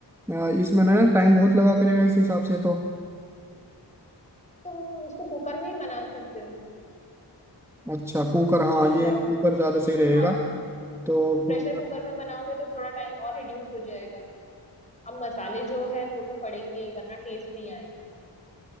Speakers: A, in the centre; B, on the left.
A: अ, इसमें ना टाइम बहुत लगा करेगा इस हिसाब से तो
B: तुम उसको कुकर में ही बना सकते हो
A: अच्छा कुकर हाँ
B: पुलाव
A: ये कुकर
B: को
A: ज्यादा सही रहेगा
B: हाँ
A: तो
B: प्रेशर
A: कुकर
B: कुकर में बनाओगे तो थोड़ा टाइम और रिड्यूस हो जाएगा अब मसाले जो है वो तो पड़ेंगे ही वरना टेस्ट नहीं आएगा